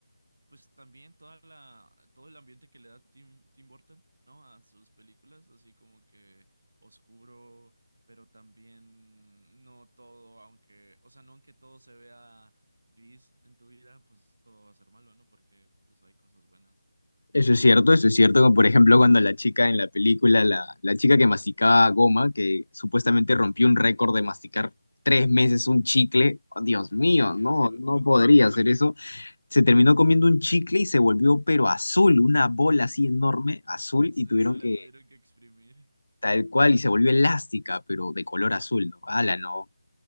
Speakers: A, on the right (about 60°); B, on the left (about 65°).
A: pues también toda la, todo el ambiente que le da Tim, Tim Burton, ¿no? A sus películas, así como que oscuro, pero también no todo, aunque, o sea, no aunque todo se vea gris en tu vida, pues todo va a ser malo, ¿no? Porque pues hay cosas buenas.
B: Eso es cierto, eso es cierto, como por ejemplo cuando la chica en la película, la, la chica que masticaba goma, que supuestamente rompió un récord de masticar tres meses un chicle, oh, Dios mío,
A: Qué
B: no,
A: asco.
B: no
A: <laughs>
B: podría hacer eso, se terminó comiendo un chicle y se volvió pero azul, una bola así enorme, azul,
A: Sí,
B: y tuvieron
A: la
B: que
A: tuvieron que exprimir.
B: tal cual, y se volvió elástica, pero de color azul, ¿no? Ala, no, o